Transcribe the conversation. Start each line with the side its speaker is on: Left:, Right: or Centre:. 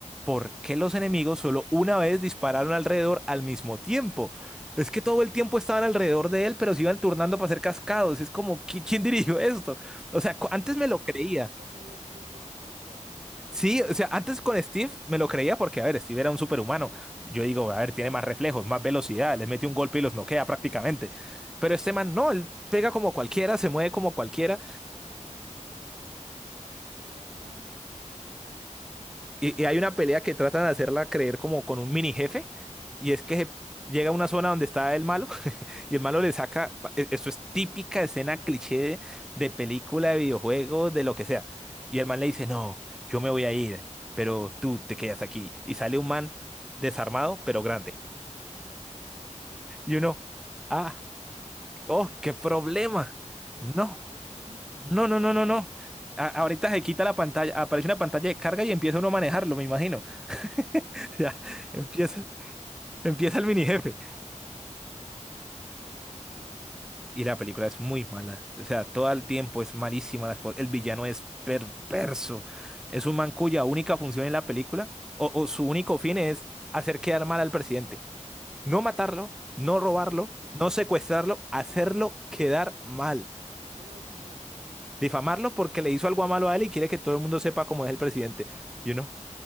Centre: ¿por qué los enemigos solo una vez dispararon alrededor al mismo tiempo?
Right: Ajá.
Centre: Es que todo el tiempo estaban alrededor de él, pero se iban turnando para ser cascados. Es como, ¿qui- ¿quién dirigió esto? O sea, cu- antes me
Right: Ya
Centre: lo
Right: se,
Centre: creía.
Right: ya se vio demasiado actuado.
Centre: Sí, o sea, antes con Steve me lo creía porque, a ver, Steve era un superhumano. Yo digo,
Right: Mm.
Centre: a ver, tiene más reflejos, más velocidad, les mete un golpe y los noquea prácticamente. Pero este man no, él pega como cualquiera, se mueve como cualquiera.
Right: Ya tiene un poder ahí gra- grande, por decirlo así.
Centre: Y, y hay una pelea que tratan de hacerla creer como con un mini jefe. Y es que se- llega a una zona donde está el malo <laughs> y el malo le saca, pa- e- eso es típica escena cliché de, de película, de videojuegos, de lo que sea. Y el man le dice, no,
Right: Sí.
Centre: yo me voy a ir, pero tú te quedas aquí. Y sale un man desarmado, pero grande.
Right: Ah,
Centre: Y uno, ah,
Right: que no-
Centre: oh, qué problema.
Right: que-
Centre: No,
Right: oh, qué difícil.
Centre: no, no, no, no, no. A- ahorita se quita la pantalla, aparece una pantalla de carga y empieza uno a manejarlo, me imagino.
Right: <laughs>
Centre: <laughs> O sea, empieza,
Right: ¿Te imaginas?
Centre: empieza el mini jefe.
Right: No, fue una pendeja entonces.
Centre: Y la película es muy mala. O sea, todo el tiempo es malísima las cosas. El villano es perverso. Es un man cuya única función en la película, o, o su único fin es hacer quedar mal al presidente. No matarlo,
Right: Ok,
Centre: no robarlo,
Right: <laughs> Quiero al presidente,
Centre: no secuestrarlo, hacerlo
Right: no secuestrarlo,
Centre: quedar mal.
Right: solo difamarlo.
Centre: Difamarlo porque le hizo algo malo a él y quiere que todo el mundo sepa cómo es el presidente. Y uno,